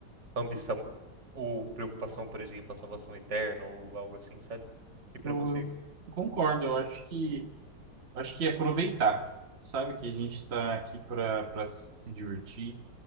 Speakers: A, on the right; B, on the right.
A: ambição ou preocupação, por exemplo, a salvação eterna ou algo assim, sabe? E pra
B: Eu,
A: você?
B: eu concordo, eu acho que, acho que é aproveitar. Sabe que a gente está aqui para para se divertir